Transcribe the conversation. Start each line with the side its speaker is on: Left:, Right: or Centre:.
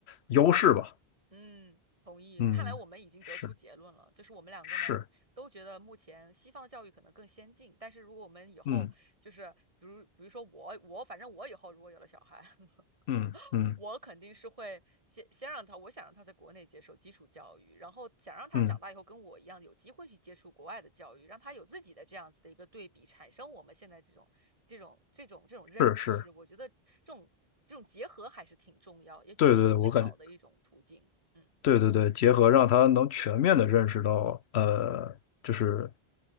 Left: 优势吧，
Right: 嗯，同意。
Left: 嗯，
Right: 看来我们已经得出结论了，
Left: 是
Right: 就是我们两个呢都觉得目前西方的教育可能更先进，
Left: 是，
Right: 但是如果我们以后就是比如比如说我我反正我以后如果有了小孩，
Left: 嗯。
Right: <laughs>
Left: 嗯嗯
Right: 我肯定是会先先让他，我想让他在国内接受基础教育，然后想让他长大以后跟我一样有机会去接触国外的教育，
Left: 嗯，
Right: 让他有自己的这样子的一个对比，产生我们现在这种这种这种这种认知。
Left: 是是，
Right: 我觉得这种这种结合还是挺重要，也也也是最好的一种途径。
Left: 对对，我感觉
Right: 嗯。
Left: 对对对，结合让他能全面的认识到，呃，就是